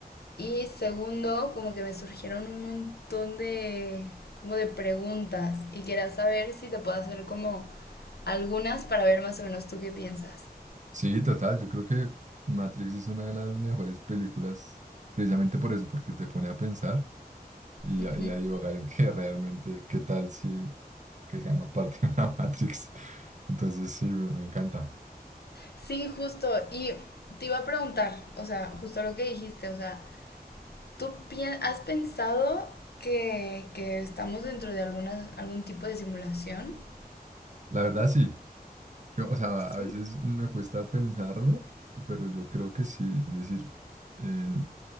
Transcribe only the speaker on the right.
Sí, total, yo creo que Matrix es una de las mejores películas precisamente por eso, porque te pone a pensar y
a, y a divagar en <laughs> que realmente, qué tal si que seamos parte de una <laughs> Matrix. Entonces sí, me, me encanta.
La verdad sí, Yo- o sea,
a veces me cuesta pensarlo, pero yo creo que sí, es decir, eh,